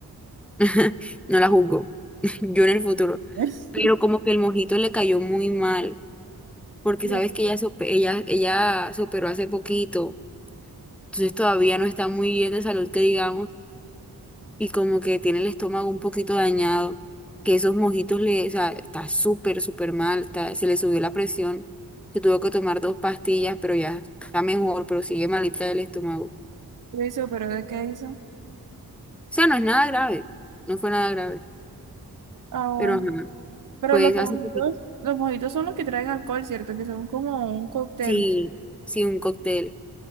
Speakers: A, in the centre; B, on the right.
A: <laughs> No la juzgo. <laughs> Yo en el futuro.
B: <laughs>
A: Pero como que el mojito le cayó muy mal, porque
B: Pero,
A: sabes que ella se, op- ella, ella se operó hace poquito, entonces todavía no está muy bien de salud, que digamos. y como que tiene el estómago un poquito dañado, que esos mojitos le, o sea, está súper, súper mal, está- se le subió la presión, se tuvo que tomar dos pastillas, pero ya está mejor, pero sigue malita del estómago. O
B: Eso, pero ¿de qué hizo?
A: sea, no es nada grave, no fue nada grave,
B: Ah, bueno.
A: pero ajá,
B: Pero
A: pues
B: los mojitos,
A: hace poquito,
B: los mojitos son los que traen alcohol, ¿cierto? Que son como un cóctel.
A: sí, sí, un cóctel,